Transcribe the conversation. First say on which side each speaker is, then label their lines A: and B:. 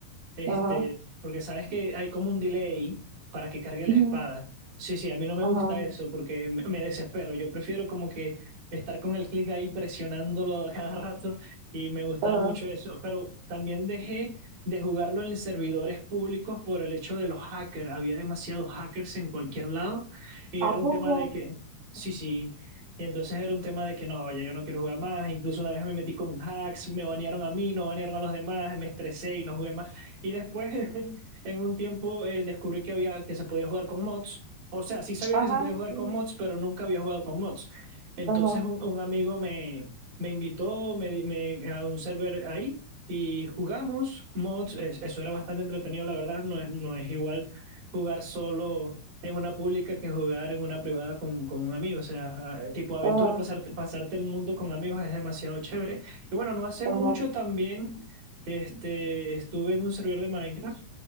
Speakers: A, on the right; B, on the right.
A: este,
B: Ajá.
A: porque sabes que hay como un delay para que cargue la
B: ujú,
A: espada. Sí, sí, a mí no me
B: Ajá.
A: gusta eso porque me me desespero. Yo prefiero como que estar con el clic ahí presionándolo a cada <laughs> rato y me gustaba
B: Ajá.
A: mucho eso. Pero también dejé de jugarlo en servidores públicos por el hecho de los hackers. Había demasiados hackers en cualquier lado y era
B: ¿A
A: un
B: poco?
A: tema de que, sí, sí. Y entonces era un tema de que no, ya yo no quiero jugar más. Incluso una vez me metí con hacks, me banearon a mí, no banearon a los demás, me estresé y no jugué más. Y después, <laughs> en un tiempo, eh, descubrí que había, que se podía jugar con mods. O sea, sí sabía
B: Ajá,
A: que se podía jugar
B: sí.
A: con mods, pero nunca había jugado con mods. Entonces,
B: Ajá.
A: un, un amigo me, me invitó me, di- me- a un server ahí y jugamos mods. Es- eso era bastante entretenido, la verdad. No es, no es igual jugar solo en una pública que jugar en una privada con, con un amigo. O sea, ah, tipo aventura,
B: Ajá.
A: pasarte, pasarte el mundo con amigos es demasiado chévere. Y bueno, no hace
B: Ajá.
A: mucho también. Este, estuve en un servidor de Minecraft,